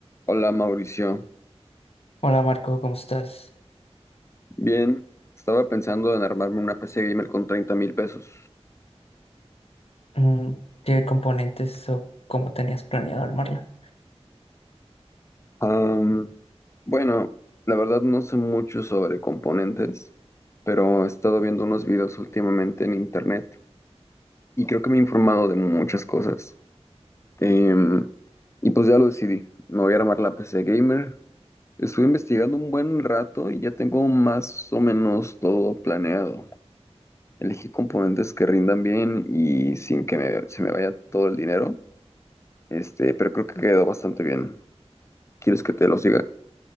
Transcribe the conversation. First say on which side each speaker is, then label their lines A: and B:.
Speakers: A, on the left; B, on the left.
A: Hola Mauricio,
B: Hola Marco, ¿cómo estás?
A: bien, estaba pensando en armarme una PC gamer con treinta mil pesos.
B: Mm, ¿Qué componentes o cómo tenías planeado armarla?
A: Am, bueno, la verdad no sé mucho sobre componentes, pero he estado viendo unos videos últimamente en internet y creo que me he informado de muchas cosas. Em, y pues ya lo decidí, me voy a armar la PC gamer. Estuve investigando un buen rato y ya tengo más o menos todo planeado. Elegí componentes que rindan bien y sin que me- se me vaya todo el dinero. Este, pero creo que quedó bastante bien. ¿Quieres que te los diga?